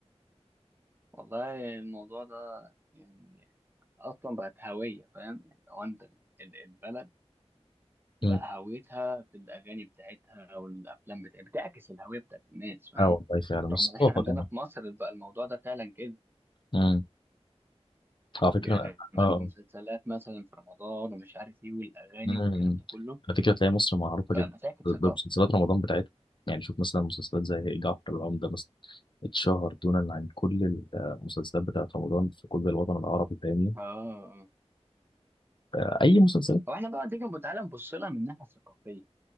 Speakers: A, on the right (about 20°); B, on the left (about 45°).
A: والله الموضوع ده يعني اصلا بقت هويه فاهم يعني لو انت ال- ال- البلد بقى
B: مم.
A: هويتها في الاغاني بتاعتها والافلام بتاعتها بتعكس الهويه بتاعت الناس فاهم
B: أه والله فعلا والثقافة
A: رغم ان احنا عندنا
B: كمان
A: في مصر بقى الموضوع ده فعلا كده
B: مم. على فكرة
A: يعني بقت
B: أه
A: المسلسلات مثلا في رمضان ومش عارف ايه والاغاني
B: مم.
A: والكلام ده كله
B: على فكرة تلاقي مصر معروفة
A: بقى
B: جدا
A: بتعكس
B: بمسلسلات
A: ثقافه
B: رمضان بتاعتها يعني شوف مثلا مسلسلات زي جعفر العمدة مثلا اتشهر دونا عن كل المسلسلات بتاعت رمضان في كل الوطن العربي فاهمني
A: اه آه.
B: أي مسلسلات
A: هو احنا بقى تيجي تعالى نبص لها من الناحيه الثقافيه